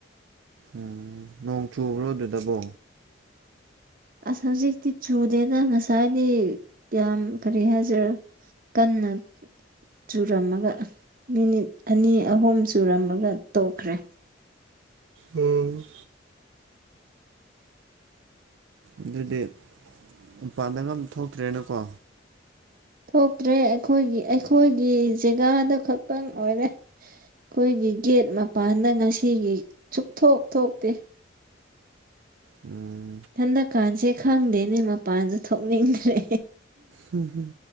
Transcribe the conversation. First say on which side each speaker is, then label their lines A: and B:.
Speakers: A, on the right (about 85°); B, on the right (about 50°).
A: ꯎꯝ ꯅꯣꯡ ꯆꯨꯕ꯭ꯔꯣ ꯑꯗꯨꯗꯕꯣ
B: ꯑꯁ ꯍꯧꯖꯤꯛꯇꯤ ꯆꯨꯗꯦꯗ ꯉꯁꯥꯏꯗꯤ ꯌꯥꯝ ꯀꯔꯤ ꯍꯥꯏꯁꯦꯔ ꯀꯟꯅ ꯆꯨꯔꯝꯃꯒ ꯃꯤꯅꯤꯠ ꯑꯅꯤ ꯑꯍꯨꯝ ꯆꯨꯔꯝꯃꯒ ꯇꯣꯛꯈ꯭ꯔꯦ
A: ꯎꯝ ꯑꯗꯨꯗꯤ ꯃꯄꯥꯟꯗꯒ ꯑꯝ ꯊꯣꯛꯇ꯭ꯔꯦꯅꯀꯣ
B: ꯊꯣꯛꯇ꯭ꯔꯦ ꯑꯩꯈꯣꯏꯒꯤ ꯑꯩꯈꯣꯏꯒꯤ ꯖꯦꯒꯥꯗꯨ ꯈꯛꯇꯪ ꯑꯣꯏꯔꯦ ꯑꯩꯈꯣꯏꯒꯤ ꯒꯦꯠ ꯃꯄꯥꯟꯗ ꯉꯁꯤꯒꯤ ꯁꯨꯛꯊꯣꯛ ꯊꯣꯛꯇꯦ
A: ꯎꯝ
B: ꯏꯊꯟꯗ ꯀꯥꯟꯁꯦ ꯈꯪꯗꯦꯅꯦ ꯃꯄꯥꯟꯁꯨ ꯊꯣꯛꯅꯤꯡꯗ꯭ꯔꯦ
A: ꯎꯝ ꯍꯝ